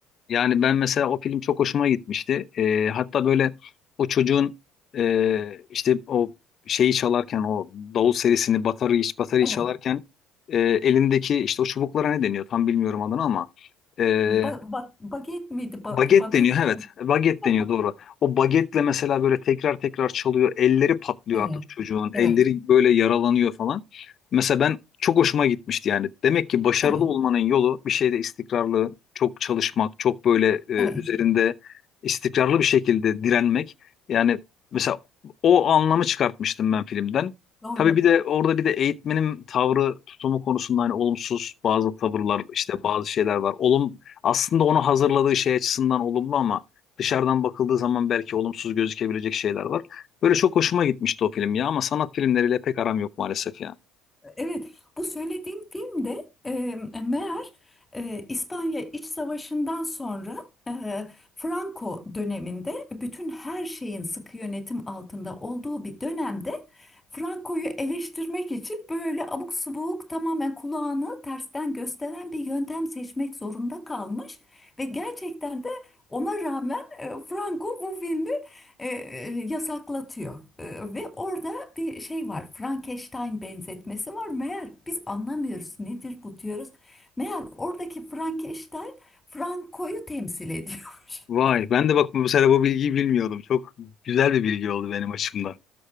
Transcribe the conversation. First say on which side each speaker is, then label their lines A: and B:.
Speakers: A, on the left; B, on the left.
A: Yani ben mesela o film çok hoşuma gitmişti. Ee, hatta böyle o çocuğun e, işte o şeyi çalarken o davul serisini batarıyı, batarıyı
B: Evet.
A: çalarken e, elindeki işte o çubuklara ne deniyor tam bilmiyorum adını ama e,
B: Ba ba baget miydi? Ba
A: Baget
B: Babet.
A: deniyor evet. Baget
B: <laughs>
A: deniyor doğru. O bagetle mesela böyle tekrar tekrar çalıyor. Elleri patlıyor
B: Evet.
A: artık çocuğun.
B: Evet.
A: Elleri böyle yaralanıyor falan. Mesela ben çok hoşuma gitmişti yani. Demek ki başarılı
B: Evet.
A: olmanın yolu bir şeyde istikrarlı, çok çalışmak, çok böyle e, üzerinde
B: Evet.
A: istikrarlı bir şekilde direnmek. Yani mesela o anlamı çıkartmıştım ben filmden.
B: Doğru.
A: Tabii bir de orada bir de eğitmenin tavrı, tutumu konusunda hani olumsuz bazı tavırlar, işte bazı şeyler var. Olum, aslında onu hazırladığı şey açısından olumlu ama dışarıdan bakıldığı zaman belki olumsuz gözükebilecek şeyler var. Böyle çok hoşuma gitmişti o film ya ama sanat filmleriyle pek aram yok maalesef ya.
B: Evet, bu söylediğim film de e, meğer e, İspanya İç Savaşı'ndan sonra e, Franco döneminde bütün her şeyin sıkı yönetim altında olduğu bir dönemde Franco'yu eleştirmek için böyle abuk subuk tamamen kulağını tersten gösteren bir yöntem seçmek zorunda kalmış ve gerçekten de ona rağmen e, Franco bu filmi e, e, yasaklatıyor. E, ve orada bir şey var. Frankenstein benzetmesi var. Meğer biz anlamıyoruz nedir bu diyoruz. Meğer oradaki Frankenstein Franco'yu temsil ediyormuş.
A: Vay
B: <laughs>
A: ben de bak bu sefer bu bilgiyi bilmiyordum. Çok güzel bir bilgi oldu benim açımdan.